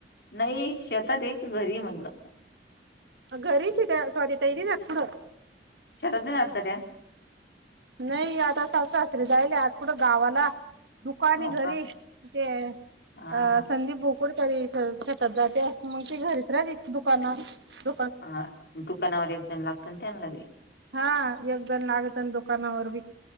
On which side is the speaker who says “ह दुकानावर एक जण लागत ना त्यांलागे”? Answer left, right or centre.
Left